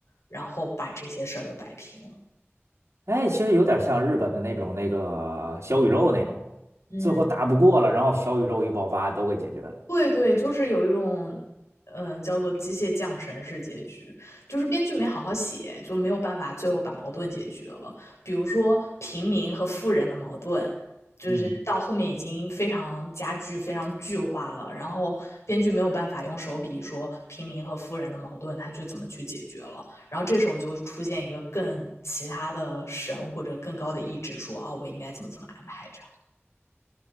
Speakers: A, on the left; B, on the right.
A: 然后把这些事儿都摆平了。
B: 哎，其实有点像日本的那种那个小宇宙那种，
A: 嗯，
B: 最后打不过了，然后小宇宙一爆发都给解决了。
A: 对对，就是有一种，呃，叫做机械降神式结局，就是编剧没好好写，就没有办法最后把矛盾解决了。比如说平民和富人的矛盾，就是到后面已经非常加剧、
B: 嗯，
A: 非常剧化了，然后编剧没有办法用手笔说平民和富人的矛盾他去怎么去解决了，然后这时候就出现一个更其他的神或者更高的意志说啊，我应该怎么怎么安排这样，